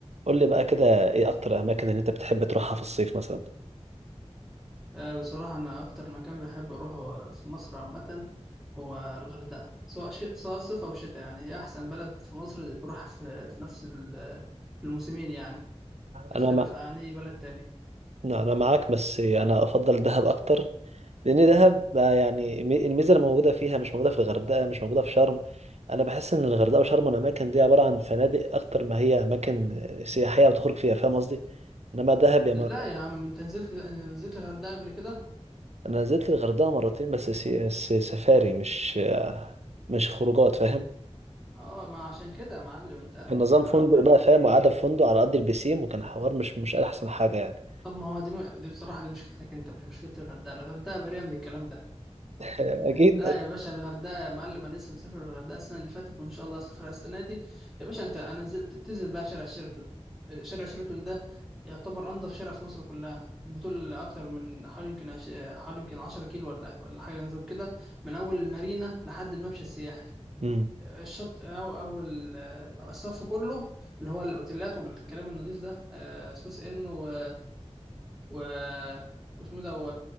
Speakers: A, on the right (about 70°); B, in the centre.
A: قول لي بقى كده ايه اكتر اماكن اللي انت بتحب تروحها في الصيف مثلا
B: آه، بصراحة أنا أكتر مكان بحب أروحه في مصر عامة هو الغردقة سواء شيء سواء صيف أو شتاء يعني هي أحسن بلد في مصر تروحها في, في نفس ال- الموسمين يعني باختلاف
A: انا مع...
B: عن أي بلد تانية
A: لا، انا معاك بس انا افضل دهب اكتر لان دهب بقى يعني المي- الميزه اللي موجوده فيها مش موجوده في الغردقه مش موجوده في شرم انا بحس ان الغردقه وشرم الاماكن دي عباره عن فنادق اكتر ما هي اماكن سياحيه وتخرج فيها فاهم قصدي انما دهب يا مر...
B: لا يا عم أنت نزلت نزلت الغردقة قبل كده؟
A: انا نزلت الغردقه مرتين بس سي... س- سفاري مش آه، مش خروجات فاهم
B: أه ما عشان كده يا معلم أنت
A: كان نظام
B: أنت
A: فندق بقى فاهم وقعدة في فندق على قد البسيم وكان حوار مش مش احسن حاجه يعني
B: طب ما هو دي دي بصراحة دي مشكلتك أنت مش مشكلة الغردقة الغردقة بريئة من الكلام ده
A: <laughs> اكيد
B: لا يا باشا الغردقه يا معلم انا لسه مسافر الغردقه السنه اللي فاتت وان شاء الله اسافرها السنه دي يا باشا انت انا ز- تنزل بقى شارع شيراتون شارع شيراتون ده يعتبر انضف شارع في مصر كلها بطول اكتر من حوالي يمكن عش... حوالي يمكن 10 كيلو ولا ولا حاجه نظام كده من اول المارينا لحد الممشى السياحي
A: امم
B: الشط او او ال- الصف كله اللي هو الاوتيلات والكلام النظيف ده آه، سوس ان و و واسمه ده و...